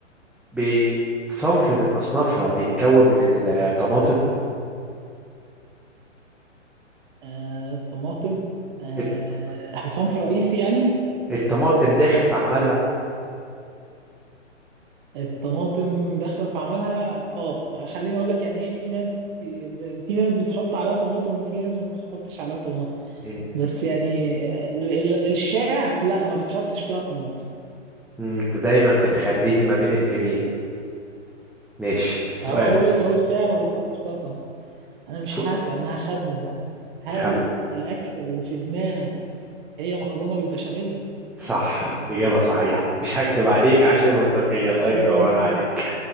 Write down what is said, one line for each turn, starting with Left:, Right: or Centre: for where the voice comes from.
Centre: بصنف من اصنافها بيتكون من الطماطم
Right: آه طماطم آه
Centre: الت-
Right: صنف رئيسي يعني
Centre: الطماطم داخل في عملها
Right: الطماطم داخله في عملها اه خليني اقول لك يعني ايه في ناس في ب- في ناس بتحط عليها طماطم وفي ناس ما بتحطش عليها طماطم
Centre: انت
Right: بس يعني آه، ال- ال- الشائع لا ما بيتحطش فيها طماطم
Centre: إنت دايما بتخليني ما بين البنين ماشي سؤال
Right: هو بقول لك اهو الشائع ما بيتحطش فيها طماطم انا مش
Centre: سؤال
Right: هسأل انا هخمن بقى هل
Centre: خم
Right: الاكله اللي في دماغك هي مكرونه بالبشاميل
Centre: صح إجابة صحيحة مش هكدب عليك
Right: <laughs>
Centre: عشان الوثائقية الله
Right: ماشي
Centre: ينور عليك